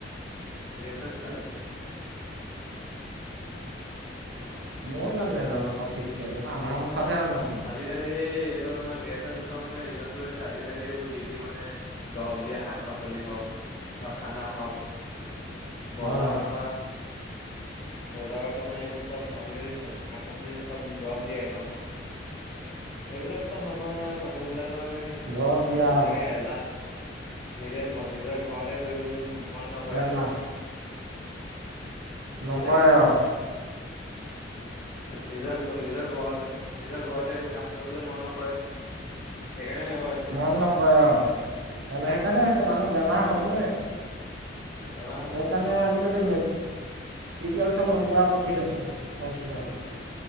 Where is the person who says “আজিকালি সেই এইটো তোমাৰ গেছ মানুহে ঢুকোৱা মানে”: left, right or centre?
Left